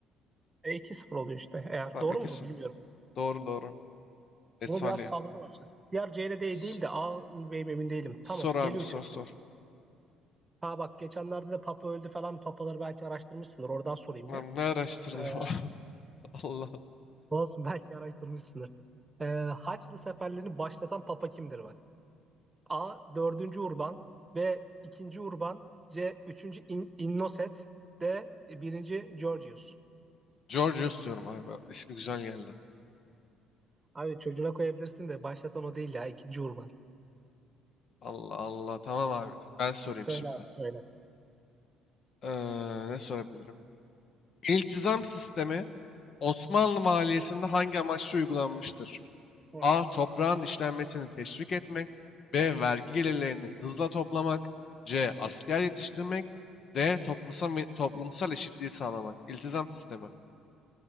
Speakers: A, on the right; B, on the left.
A: e, 2-0 oluyor işte. Eğer
B: Tamam
A: doğru
B: 2-0.
A: mu bu bilmiyorum.
B: Doğru doğru. Westfalia.
A: Bunu biraz salladım açıkçası. Diğer C ile D
B: S-
A: değil de A mı B mi emin değilim. Tamam
B: Sor
A: geliyor
B: abi
A: üçüncüsü.
B: sor sor.
A: Ha bak geçenlerde de Papa öldü falan. Papaları belki araştırmışsındır. Oradan sorayım
B: Lan
A: bir.
B: ne araştırdı
A: Ee,
B: ya? <laughs> Allah.
A: olsun belki araştırmışsındır. Ee, Haçlı seferlerini başlatan Papa kimdir bak. A. dördüncü Urban B. ikinci Urban C. üçüncü In Innoset D. birinci Georgius.
B: Georgios diyorum abi. İsmi güzel geldi.
A: Abi çocuğuna koyabilirsin de başlatan o değil ya. ikinci Urban.
B: Allah Allah. Tamam abi. Ben sorayım
A: Söyle
B: şimdi.
A: abi söyle.
B: Ee, ne sorabilirim? İltizam sistemi Osmanlı maliyesinde hangi amaçla uygulanmıştır?
A: Hı hı.
B: A. Toprağın işlenmesini teşvik etmek. B. Vergi gelirlerini hızla toplamak. C. Asker yetiştirmek. D. Toplumsal, toplumsal eşitliği sağlamak. İltizam sistemi.